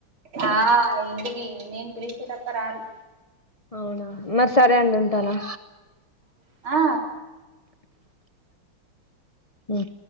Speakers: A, on the right; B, on the left.
A: ఆ ఇంటికి నేను పిలిస్తే తప్ప రారు
B: అవునా మరి సరే అండి ఉంటానా
A: ఆ
B: ఉమ్